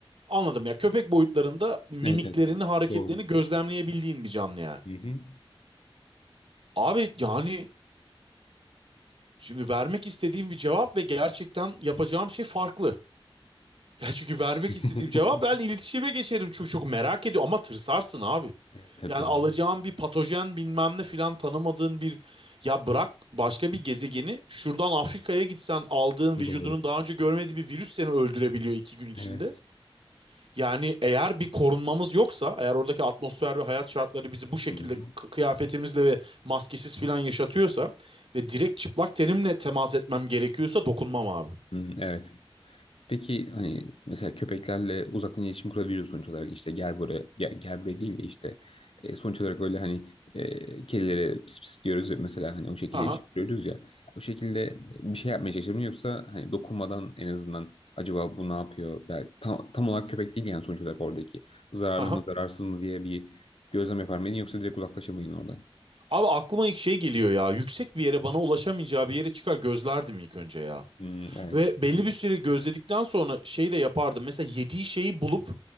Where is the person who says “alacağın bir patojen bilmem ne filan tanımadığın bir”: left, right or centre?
Right